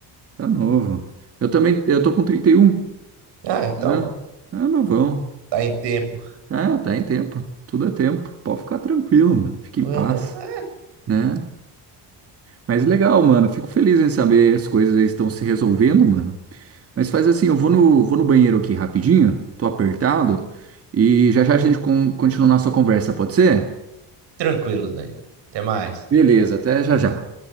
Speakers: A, on the right; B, on the right.
A: Tá novo. Eu também, eu tô com 31,
B: Ah, então,
A: né? Ah, novão.
B: tá em tempo.
A: Ah, tá em tempo. Tudo é tempo. Pode ficar tranquilo, mano. Fique em
B: Uhum.
A: paz,
B: É,
A: né? Mas legal, mano. Fico feliz em saber as coisas estão se resolvendo, mano. Mas faz assim, eu vou no, vou no banheiro aqui rapidinho, tô apertado, e já já a gente con- continua a nossa conversa, pode ser?
B: tranquilo, Dani. Até mais.
A: Beleza, até já já.